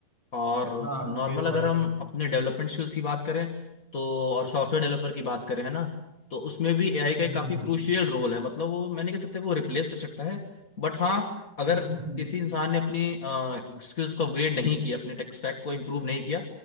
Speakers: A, on the left; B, in the centre.
A: और
B: हाँ
A: नॉर्मल
B: ये तो
A: अगर
B: है
A: हम अपने डेवलपमेंट स्किल्स की बात करें तो और सॉफ्टवेयर डेवलपर की बात करें है ना तो उसमें भी एआई का एक
B: हम्म
A: काफी
B: हम्म,
A: क्रूशियल रोल है मतलब वो मैंने कह सकता है कि वो रिप्लेस कर सकता है बट हाँ अगर
B: हम्म। हम्म।
A: किसी इंसान ने अपनी स्किल्स को अपग्रेड नहीं किया अपने टेक स्टैक को इम्प्रूव नहीं किया